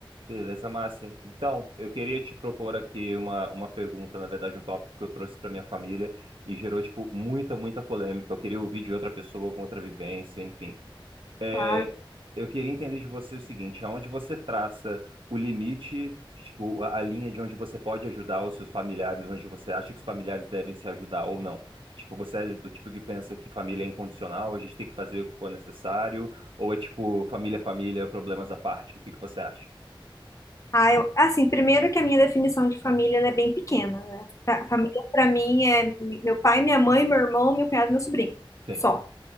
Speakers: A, on the right (about 75°); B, on the left (about 35°).
A: Beleza, Márcia. Então, eu queria te propor aqui uma, uma pergunta, na verdade, um tópico que eu trouxe para minha família e gerou, tipo, muita, muita polêmica. Eu queria ouvir de outra pessoa com outra vivência, enfim. É,
B: Claro.
A: eu queria entender de você o seguinte, aonde você traça o limite, tipo, a, a linha de onde você pode ajudar os seus familiares, onde você acha que os familiares devem se ajudar ou não? Tipo, você é do tipo que pensa que família é incondicional, a gente tem que fazer o que for necessário, ou é tipo, família é família, problemas à parte? O que que você acha?
B: Ah, eu- assim, primeiro que a minha definição de família ela é bem pequena, né? Fa- Família para mim é meu pai, minha mãe, meu irmão, meu cunhado, e meu sobrinho.
A: Sim,
B: Só.